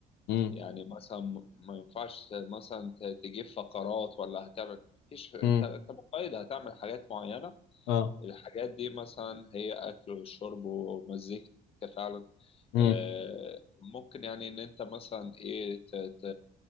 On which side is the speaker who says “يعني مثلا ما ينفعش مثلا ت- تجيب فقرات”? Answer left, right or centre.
Left